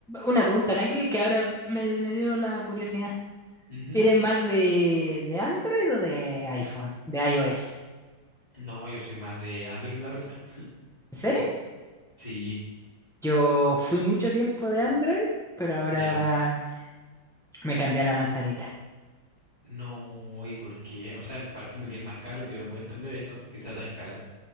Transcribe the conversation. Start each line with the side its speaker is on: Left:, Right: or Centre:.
Centre: Una pregunta, ¿no? Que, que ahora me, me dio la curiosidad.
Left: Ujú.
Centre: ¿Eres más de, de Android o de iPhone? De iOS.
Left: No, yo soy más de Android, la verdad.
Centre: ¿En serio?
Left: ¿Y tú? Sí,
Centre: Yo fui mucho tiempo de Android, pero ahora
Left: ¿ya?
Centre: me cambié a la manzanita.
Left: No, ¿y por qué? O sea, partiendo que es más caro, que no puedo entender eso, que sea tan caro.